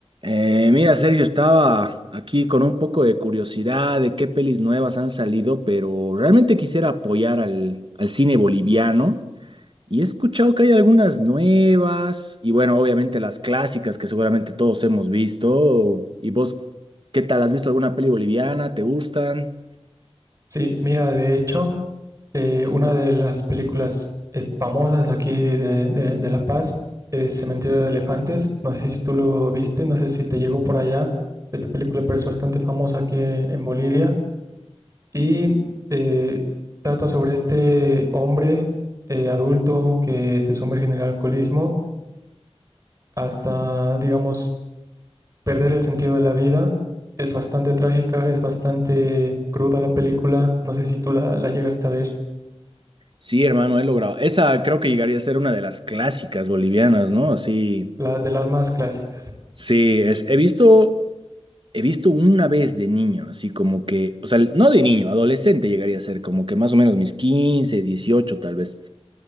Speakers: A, on the right (about 50°); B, on the right (about 30°).
A: Eh, mira, Sergio, estaba aquí con un poco de curiosidad de qué pelis nuevas han salido, pero realmente quisiera apoyar al, al cine boliviano y he escuchado que hay algunas nuevas y bueno, obviamente las clásicas que seguramente todos hemos visto. ¿Y vos qué tal? ¿Has visto alguna peli boliviana? ¿Te gustan?
B: Sí, mira, de hecho, eh, una de las películas eh, famosas aquí de, de- de La Paz es Cementerio de Elefantes. No sé si tú lo viste, no sé si te llegó por allá. Esta película, pero es bastante famosa aquí en, en Bolivia. Y eh, trata sobre este hombre eh, adulto que se sumerge en el alcoholismo hasta, digamos, perder el sentido de la vida. Es bastante trágica, es bastante cruda la película. No sé si tú la, la llegaste a ver.
A: Sí, hermano, he logrado. Esa creo que llegaría a ser una de las clásicas bolivianas, ¿no? Así,
B: Las de las más clásicas.
A: sí, es, he visto... He visto una vez de niño, así como que, o sea, no de niño, adolescente llegaría a ser, como que más o menos mis 15, 18, tal vez.